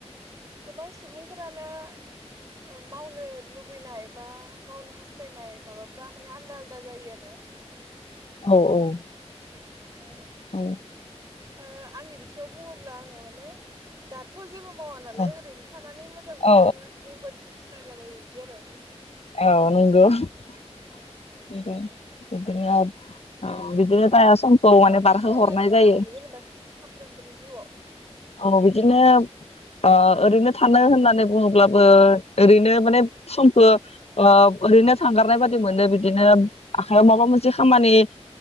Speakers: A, on the right (about 30°); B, on the left (about 65°).
A: गोबां सुबुंफोरानो ओ मावनो लुबैनाय बा मावनो हास्थायनाय माबाफ्रा माने आलदा आलदा जायो आरो
B: औ औ
A: <inaudible> फ्राय
B: औ
A: ओ आंनि बिथिङाव बुङोब्ला आङो माने दाथ जेबो मावा नालाय
B: औ
A: ओरैनो थानानै मोजां
B: औ
A: मोनो मबाइलफोर नायलाबायो इदि आरो
B: औ नंगौ <unintelligible>
A: औ
B: बिदिनो ओ बिदिनो जाया समखौ
A: नोंथाङा
B: माने
A: मा मा
B: बारहोहरनाय
A: खालामनानै मोजां
B: जायो
A: मोनो जेनेबा सानफ्रामबोनि जिउआव
B: औ बिदिनो ओ ओरैनो थानो होननानै बुङोब्लाबो ओरैनो माने समखौ ओ ओरैनो थांगारनाय बादि मोनो बिदि बिदिनो आखायाव
A: औ
B: माबा मोनसे खामानि ओ